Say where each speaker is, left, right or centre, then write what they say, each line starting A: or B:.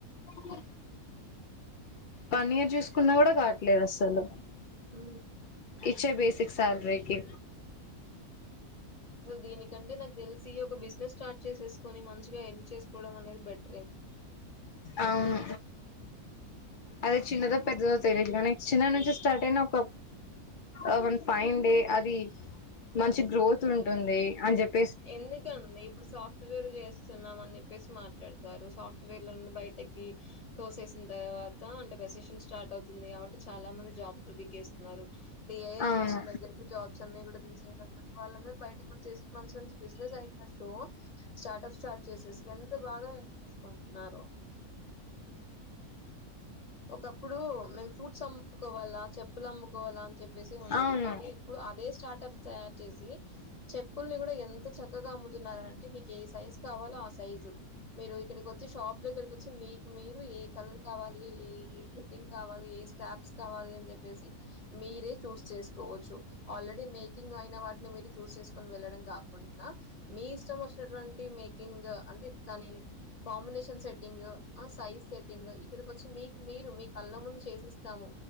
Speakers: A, on the left; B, on the left.
A: అ వన్నీయర్ జూసుకున్నా కూడా కావట్లేదు అస్సలు
B: ఉ
A: చ్చే బేసిక్ సాల్రీకి
B: దీనికంటే నాక్ తెల్సి ఒక బిజినెస్ స్టార్ట్ చేసేసుకొని మంచిగా ఎర్న్ చేసుకోవడం అనేది బెట్
A: ఐను అదే చిన్నదో పెద్దదో తెలీదు కానీ చిన్న నుంచి స్టార్ట్ ఐన ఒక, అ వన్ ఫైన్ డే అది, మంచి గ్రోత్ ఉంటుంది అని చెప్
B: ఎందుకండి ఇప్పుడు సాఫ్ట్వేర్ ఎస్తున్నాం అని చెప్పేసి మాట్లాడ్ తరు సాఫ్ట్వేర్ల నుండి బయటకి, తోసేసిన్ తర్వాత అంటే రసెషన్ స్టార్ట్ అవుతుంది కాబట్టి చాలా మంది జాబ్లు బికేస్తున్నారు. డి ఏఐ
A: అవును
B: వచ్చిన దగ్గర జాబ్స్ అన్ని కూడా తీసేయడంతో వాళ్ళందరు బయటకి వచ్చేసి మంచి బిజినెస్ ఐడియాస్ తో స్టార్టెస్ స్టార్ట్ చేసేసి ఎంత బాగా ఎర్న్ చేసుకుంటున్నారో ఒక ఇప్పుడు మేము ఫ్రూట్స్ అము కోవాలా చెప్పులు అమ్ముకోవాల అని చెప్పి చెప్పేసి ఉండేది
A: అవును
B: కానీ ఇప్పుడు అదే స్టాటస్ తయారు చేసి చెప్పుల్ని కూడా ఎంత చక్కగా అమ్ముతున్నారనం మీకు ఏ సైజ్ కావాలో ఆ సైజు మీరు ఇక్కడికి వచ్చి షాప్ దగ్గరకి వచ్చి మీ మీరు ఏ కలర్ కావాలి ఫిట్టింగ్ కావాలి ఏ స్టాప్స్ కావాలి అని చెప్పేసి మీరే చూస్ చేసుకోవచ్చు ఆల్రెడీ మేకింగ్ అయిన వాటిని మీరు చూస్ చేసుకొని వెళ్ళడం కాకుండా మీ ఇష్టం వచ్చినటువంటి మే కంగ్ అంటే దాని కాంబినేషన్ సెట్టింగ్ సైజ్ సెట్టింగ్ ఇక్కడికి వచ్చి మీ మీరు మీ కళ్ళ ముందు చేసిస్తాము